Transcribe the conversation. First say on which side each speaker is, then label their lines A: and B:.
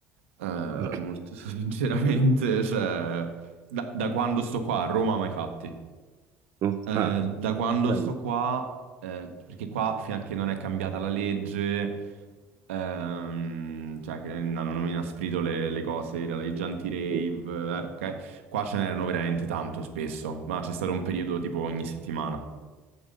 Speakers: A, on the right; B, on the right.
A: Eh,
B: Ok.
A: molto <laughs> sinceramente, cioè, da, da quando sto qua a Roma mai fatti.
B: No?
A: Eh,
B: Ah,
A: da quando
B: bello.
A: sto qua, eh, perché qua fino a che non è cambiata la legge, ehm, cioè che hanno hanno inasprito le, le cose, i i giganti rave,
B: sì,
A: eh, ok? Qua ce n'erano veramente tanto spesso, ma c'è stato un periodo tipo ogni settimana